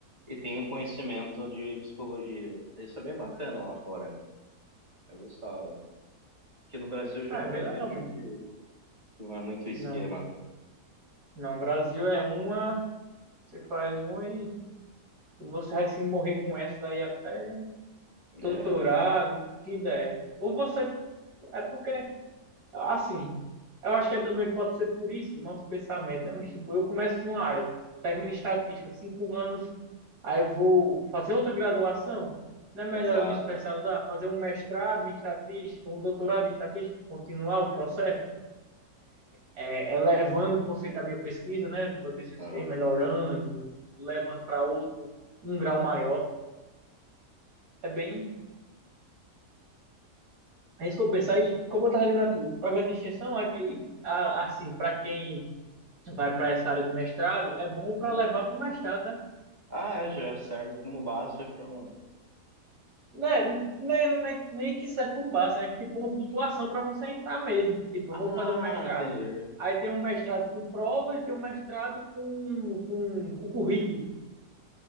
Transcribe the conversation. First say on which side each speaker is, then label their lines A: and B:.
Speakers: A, on the right (about 30°); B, on the right (about 70°).
A: e tem um conhecimento de psicologia. Isso é bem bacana lá fora. Eu gostava. Aqui no Brasil eu
B: Ah,
A: já
B: é bem
A: vejo
B: legal mesmo.
A: que, que não é muito esquema.
B: Não, não, Brasil é uma, você faz uma e, e você vai se morrer com essa daí até
A: É,
B: doutorado, o que der. Ou você, é porque Assim, eu acho que é também pode ser por isso o nosso pensamento, né? Mas, tipo, eu começo numa área, termino em estatística, cinco anos, aí eu vou fazer outra graduação. Não é melhor
A: exato.
B: eu me especializar, fazer um mestrado em estatística, um doutorado em estatística, continuar o processo, é, elevando o conceito da minha pesquisa, né? Do meu TCC,
A: Aham.
B: melhorando, levando para outro, um grau maior. É bem, é isso que eu penso. Aí, como eu estava dizendo, a tu, o projeto de extensão aqui, a- assim, para quem vai para essa área do mestrado, é bom para
A: É,
B: levar para o mestrado, né?
A: Ah, é, já serve como base para um.
B: Né, nem né, nem que serve com base, é tipo uma pontuação para você entrar mesmo. Tipo,
A: Ah,
B: eu vou fazer um mestrado.
A: entendi.
B: Aí tem um mestrado com prova e tem um mestrado com, com, com currículo.